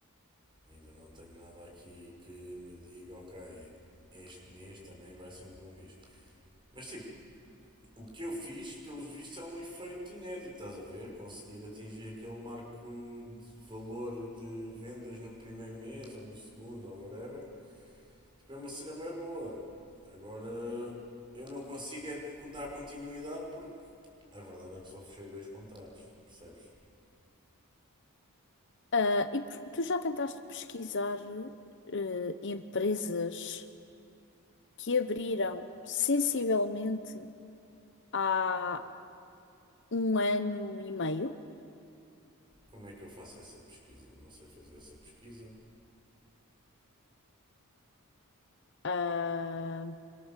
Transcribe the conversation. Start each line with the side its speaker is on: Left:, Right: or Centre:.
Right: Ainda não tenho nada aqui que me diga, ok, este mês também vai ser um bom mês. Mas tipo, o que eu fiz, pelos vistos, é um efeito inédito, estás a ver? Conseguir atingir aquele marco de valor de vendas no primeiro mês ou no segundo ou whatever Tipo, é uma cena bem boa. Agora, eu não consigo é dar continuidade porque a verdade é que só fechei dois contratos, percebes?
Left: Ah, e por- tu já tentaste pesquisar eh, empresas que abriram sensivelmente há um ano e meio?
Right: Como é que eu faço essa pesquisa? Não sei fazer essa pesquisa.
Left: Ah,